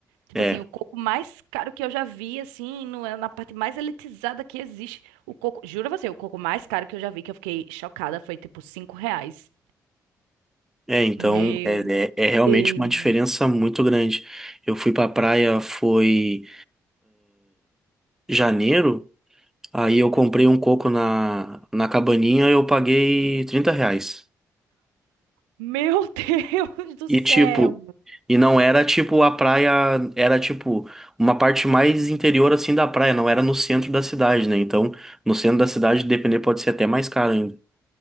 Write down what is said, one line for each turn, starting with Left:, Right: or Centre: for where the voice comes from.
Right: Tipo
Centre: É,
Right: assim, o coco mais caro que eu já vi, assim, no, é na parte mais elitizada que existe. O coco, jura você, o coco mais caro que eu já vi, que eu fiquei chocada, foi tipo 5 reais.
Centre: é, então
Right: Meu
Centre: é, é, é realmente
Right: Deus.
Centre: uma diferença muito grande. Eu fui pra praia, foi. janeiro, aí eu comprei um coco na, na cabaninha e eu paguei 30 reais.
Right: Meu <laughs> Deus do
Centre: E
Right: céu.
Centre: tipo, e não era tipo a praia, era tipo uma parte mais interior assim da praia, não era no centro da cidade, né? Então, no centro da cidade, depender, pode ser até mais caro ainda.